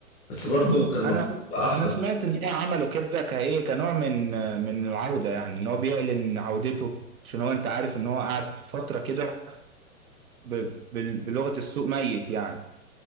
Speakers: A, on the left; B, on the right.
A: بس برضو كان المفروض
B: انا
A: يبقى احسن
B: انا سمعت ان ايه عملوا كده كايه كنوع من من العوده يعني ان هو بيعلن عودته عشان هو انت عارف ان هو قعد فتره كده ب- بال- بلغه السوق ميت يعني